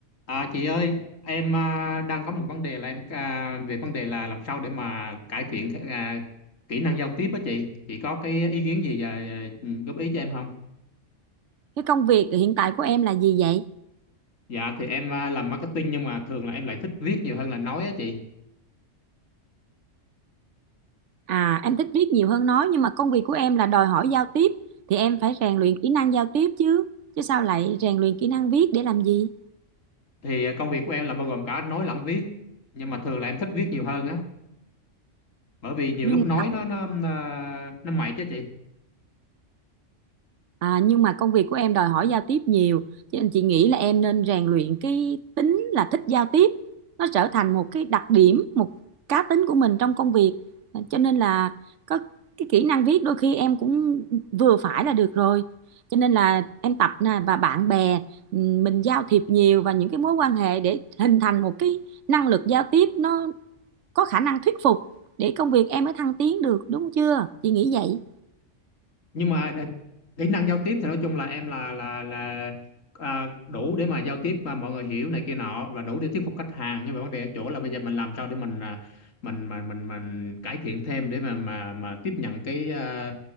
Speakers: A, on the left; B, on the right.
A: À, chị ơi, em à, đang có một vấn đề là em à, về vấn đề là làm sao để mà cải thiện à, kỹ năng giao tiếp á chị. Chị có cái ý kiến gì và à, góp ý cho em không?
B: Cái công việc hiện tại của em là gì vậy?
A: Dạ thì em à, làm marketing nhưng mà thường là em lại thích viết nhiều hơn là nói á chị.
B: À, em thích viết nhiều hơn nói nhưng mà công việc của em là đòi hỏi giao tiếp thì em phải rèn luyện kỹ năng giao tiếp chứ. Chứ sao lại rèn luyện kỹ năng viết để làm gì?
A: Thì à, công việc của em là bao gồm cả nói lẫn viết nhưng mà thường là em thích viết nhiều hơn á, bởi vì nhiều
B: Nhưng
A: lúc nói nó nó à, nó mệt chứ chị.
B: À, nhưng mà công việc của em đòi hỏi giao tiếp nhiều cho nên chị nghĩ là em nên rèn luyện cái tính là thích giao tiếp nó trở thành một cái đặc điểm một cá tính của mình trong công việc À, cho nên là có cái kỹ năng viết đôi khi em cũng vừa phải là được rồi cho nên là em tập nè và bạn bè ừm, mình giao thiệp nhiều và những cái mối quan hệ để hình thành một cái năng lực giao tiếp nó có khả năng thuyết phục để công việc em mới thăng tiến được đúng chưa chị nghĩ vậy
A: nhưng mà à, kỹ năng giao tiếp thì nói chung là em là là là à, đủ để mà giao tiếp mà mọi người hiểu này kia nọ và đủ để thuyết phục khách hàng nhưng mà vấn đề ở chỗ là bây giờ mình làm sao để mình à, mình mình mình mình cải thiện thêm để mà mà mà tiếp nhận cái à,